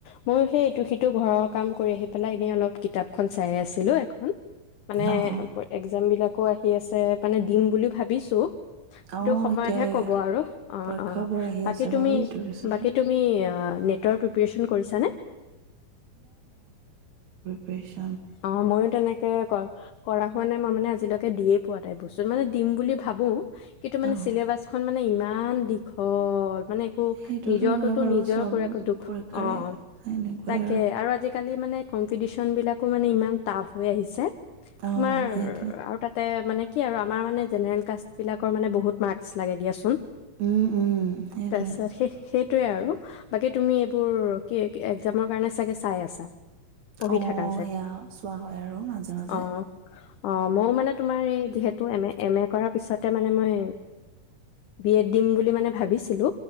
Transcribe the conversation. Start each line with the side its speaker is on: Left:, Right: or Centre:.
Left: মোৰ সেই ইটো সিটো ঘৰত কাম কৰি আহি পেলাই এনে অলপ কিতাপখন চাই আছিলো এখন মানে
Right: অ', অ',
Left: এক্জাম বিলাক আকৌ আহি আছে মানে দিম বুলি ও ভাবিছো সেইটো
Right: অ',
Left: সময়তহে
Right: এতিয়া
Left: ক'ব আৰু অ
Right: পৰীক্ষাবোৰ
Left: অ
Right: আহি
Left: বাকী
Right: আছে
Left: তুমি
Right: বাৰু ইটোৰ পিছত
Left: বাকী
Right: সেইটো
Left: তুমি তই প্ৰিপিয়েচন কৰিছ নে
Right: কৰিছো
Left: অ মইয়ো তেনেকে কৰা হোৱা নাই মই মানে আজিলৈকে দিয়ে পোৱা তাই বস্তুত মানে দিম বুলি ভাবো কিন্তু মানে
Right: অ',
Left: ছিলেবাছখন মানে ইমান ইমান দীঘল মানে একো
Right: সেইটোতো
Left: নিজৰ
Right: হয়
Left: টোতো
Right: বাৰু
Left: নিজৰ
Right: চব
Left: কৰে আকো দুখ
Right: পৰীক্ষাৰে
Left: অ
Right: সেনেকুৱাই
Left: তাকে আৰু আজিকালি মানে কম্পিটিশ্যনবিলাক আকৌ মানে ইমান টাফ হৈ আহিছে।
Right: অ',
Left: তোমাৰ
Right: সেইটোৱে।
Left: আৰু তাতে মানে কি আৰু আমাৰ মানে জেনেৰেল কাষ্ট বিলাকৰ মানে বহুত মাৰ্কচ লাগে দিয়াচোন।
Right: উম উম সেইটোৱে।
Left: তাৰপিছত সেই সেইটোৱে আৰু বাকী তুমি এইবোৰ কি এক্জামৰ কাৰণে চাগে চাই আছা। পঢ়ি
Right: অ',
Left: থাকা।
Right: এয়া চোৱা হয় আৰু মাজে মাজে।
Left: অ অ মইও মানে তোমাৰ এই যিহেতু এম এ কৰাৰ পিছত তামানে মই বি এড দিম বুলি মানে ভাবিছিলো